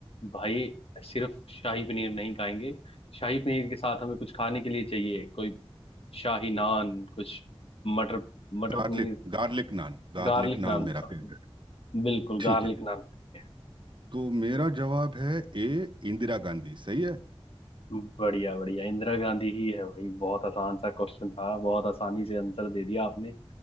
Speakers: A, on the left (about 70°); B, on the right (about 55°).
A: भाई सिर्फ शाही पनीर नहीं खाएंगे शाही पनीर के साथ हमें कुछ खाने के लिए चाहिए कोई शाही नान कुछ मटर मटर
B: Garlic
A: पनीर
B: garlic naan garlic
A: गार्लिक
B: naan
A: नान
B: मेरा
A: सॉरी
B: फेवरेट
A: बिल्कुल
B: ठीक
A: गार्लिक
B: है
A: नान खाएंगे
B: तो मेरा जवाब है ए इंदिरा गांधी सही है
A: बढ़िया बढ़िया इंदिरा गांधी ही है भाई बहुत आसान सा क्वेश्चन था बहुत आसानी से आंसर दे दिया आपने